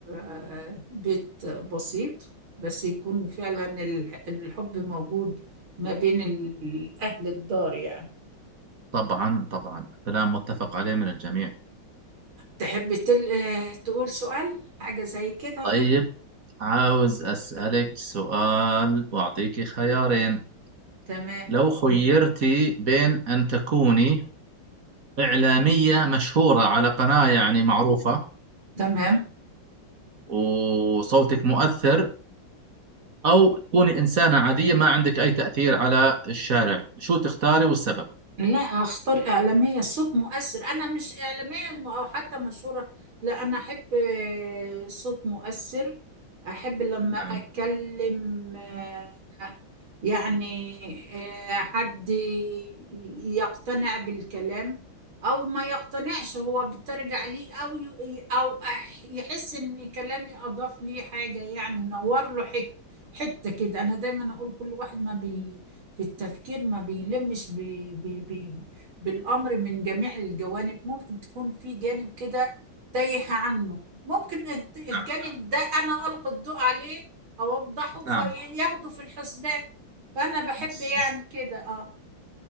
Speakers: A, on the right; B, on the right.
A: آه، بيت بسيط بس يكون فعلا الح- الحب موجود ما بين ال- أهل الدار يعني
B: طبعا طبعا كلام متفق عليه من الجميع
A: تحب تل... آه، تقول سؤال حاجة زي كده
B: طيب عاوز أسألك سؤال وأعطيك خيارين
A: تمام
B: لو خيرتي بين أن تكوني إعلامية مشهورة على قناة يعني معروفة
A: تمام
B: وصوتك مؤثر أو تكوني إنسانة عادية ما عندك أي تأثير على الشارع شو تختاري والسبب؟
A: لا هختار إعلامية صوت مؤثر أنا مش إعلامية م- أو حتى مشهورة لا أنا أحب آه، صوت مؤثر أحب لما
B: نعم
A: أتكلم آه، يعني آه، حد ي- يقتنع بالكلام أو ما يقتنعش هو بترجع ليه أو ي- أو أح- يحس إن كلامي أضاف ليه حاجة يعني نور له حك- حتة كده أنا دايما أقول كل واحد ما بي في التفكير ما بيلمش بي بي بي بالأمر من جميع الجوانب ممكن تكون في جانب كده تايه عنه ممكن الت- الجانب
B: نعم
A: ده أنا ألقي الضوء عليه أوضحه فياخده
B: نعم
A: في الحسبان فأنا بحب
B: بس-
A: يعني كده أه